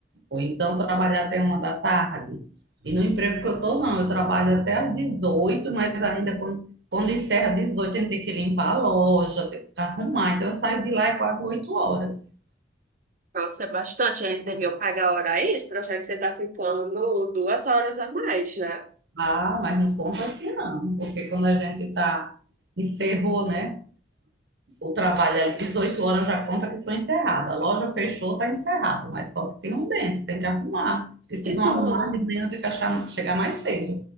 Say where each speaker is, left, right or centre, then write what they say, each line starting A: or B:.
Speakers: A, on the right; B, on the right.
A: Ou então trabalhar até uma da tarde. E no emprego que eu estou, não, eu trabalho até às dezoito mas ainda quando, quando encerra às 18, a gente tem que limpar a loja, tem que arrumar. Então eu saio de lá é quase 8 horas.
B: Nossa, é bastante. Eles deviam pagar hora extra, já que você está ficando duas horas a mais, né?
A: Ah, mas não conta assim não, porque quando a gente tá, encerrou, né? O trabalho ali, 18 horas já conta que foi encerrado. A loja fechou, tá encerrado, mas só que tem um dentro, tem que arrumar. Porque se
B: Isso
A: não arrumar,
B: não,
A: de manhã tem que achar, chegar mais cedo.